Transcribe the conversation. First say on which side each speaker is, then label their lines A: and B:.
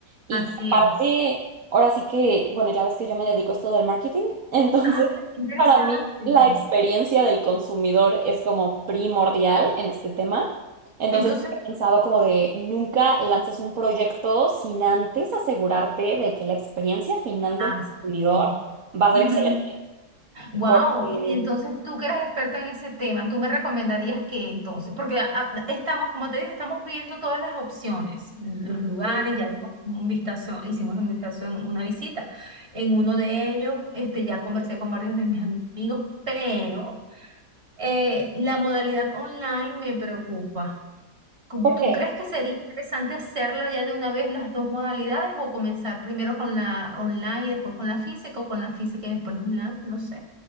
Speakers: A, on the right (about 70°); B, on the right (about 45°).
A: y
B: Así
A: que aparte,
B: es.
A: ahora sí que, bueno, ya ves que yo me dedico a esto del marketing, <laughs> entonces
B: Ah, qué interesante.
A: para mí la experiencia del consumidor es como primordial en este tema. Entonces
B: Entonces,
A: he pensado como de nunca lances un proyecto sin antes asegurarte de que la experiencia final del
B: ah,
A: consumidor
B: sí.
A: va a ser
B: Ujú.
A: excelente.
B: Wow,
A: Porque,
B: y entonces tú que eres experta en ese tema, ¿tú me recomendarías qué entonces? Porque a- a- estamos, como te dije, estamos viendo todas las opciones, los lugares,
A: sí.
B: ya dimos un vistazo, hicimos un vistazo en una visita. En uno de ellos, este, ya conversé con varios de mis amigos, pero eh, la modalidad online me preocupa. ¿Tú
A: ¿Por
B: tú
A: qué?
B: crees que sería interesante hacerla ya de una vez las dos modalidades o comenzar primero con la online y después con la física o con la física y después la online? No sé.